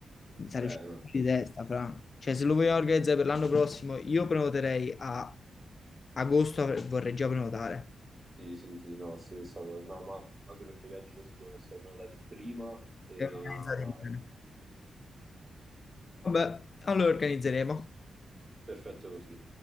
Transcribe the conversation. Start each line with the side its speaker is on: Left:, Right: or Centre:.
Left: mi sarei
Right: Eh,
Left: uscito
Right: no.
Left: di testa, fra. Cioè, se lo vogliamo organizzare per l'anno prossimo, io prenoterei a agosto, avrei- vorrei già prenotare.
Right: Sì, sì, sì, no, stessa cosa. No, ma anche perché i viaggi così devono essere prenotati prima e
Left: E organizzate
Right: in orario.
Left: bene. Vabbè, allora organizzeremo.
Right: Perfetto così.